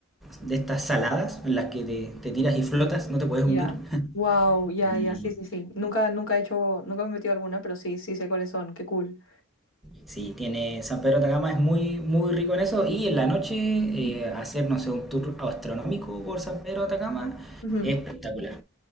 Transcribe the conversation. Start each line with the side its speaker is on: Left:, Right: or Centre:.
Centre: de estas saladas en las que te, te tiras y flotas, no te puedes
Left: Ya.
Centre: hundir.
Left: Wow,
Centre: <laughs>
Left: ya,
Centre: Y
Left: ya, sí, sí, sí. Nunca, nunca he hecho, nunca me he metido a alguna, pero sí, sí sé cuáles son. Qué cool.
Centre: Sí, tiene San Pedro de Atacama es muy, muy rico en eso y en la noche eh, hacer, no sé, un tour astronómico por San Pedro de Atacama
Left: Ujú.
Centre: es espectacular,